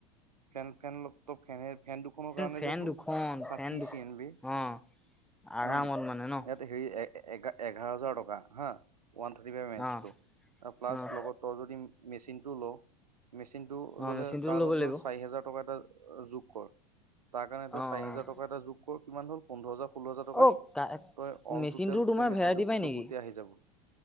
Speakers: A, on the right (about 85°); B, in the centre.
A: ফেন ফেন ট ত‌ই ফেনহে ফেন দুখনৰ কাৰণে
B: ফেন
A: যে তোৰ
B: দুখন
A: চাফিচিয়েন্ত
B: ফেন দু
A: বে।
B: অঁ আৰামত
A: উম
B: মানে ন'?
A: ইয়াত হেৰি এ, এঘা-এঘাৰ হাজাৰ টকা হা, ওৱান থাৰ্টি ফাইভ এম এইচটো,
B: অঁ
A: প্লাছ
B: অঁ
A: লগত তই যদি মেচিনটো লওঁ মেচিনটো
B: অঁ
A: ল'লে
B: মেচিনটো
A: তাৰ
B: ল'ব
A: লগত
B: লাগিব
A: তোৰ চাৰি হাজাৰ টকা এটা যোগ কৰ। তাৰ কাৰণে তই
B: অঁ
A: চাৰি
B: অঁ
A: হাজাৰ টকা এটা যোগ কৰ, কিমান হ'ল পোন্ধৰ হাজাৰ, ষোল্ল হাজাৰ টকাত
B: অ' কা
A: তই অল
B: মেচিনটোৰ
A: টোটেল গোটেই
B: তোমাৰ
A: মেচিনটো
B: ভেৰাইটি পায় নেকি
A: তোৰ, গোটেই আহি যাব।